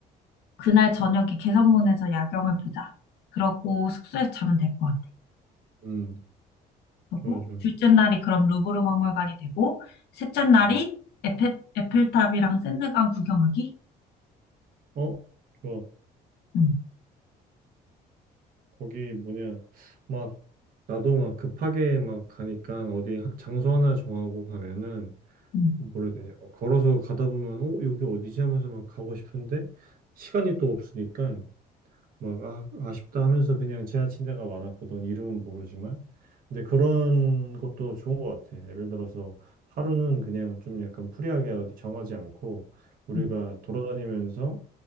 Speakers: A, on the left (about 75°); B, on the right (about 60°).
A: 그날 저녁에 개선문에서 야경을 보자. 그러고 숙소에서 자면 될 것 같아.
B: 음.
A: 그러고
B: 좋아, 좋아.
A: 둘째 날이 그럼 루브르 박물관이 되고, 셋째 날이
B: 음,
A: 에펠, 에펠탑이랑 샌드강 구경하기?
B: 어? 좋아.
A: 응,
B: 거기 뭐냐. 막, 나도 막 급하게 막 가니까 어디 하- 장소 하나 정하고 가면은
A: 응,
B: 뭐라 해야 되냐. 어, 걸어서 가다 보면, 어, 여기 어디지 하면서 막 가고 싶은데 시간이 또 없으니까 막 아, 아쉽다 하면서 그냥 지나친 데가 많았거든. 이름은 모르지만. 근데 그런 것도 좋은 것 같아. 예를 들어서 하루는 그냥 좀 약간 프리하게 어디 정하지 않고 우리가
A: 응.
B: 돌아다니면서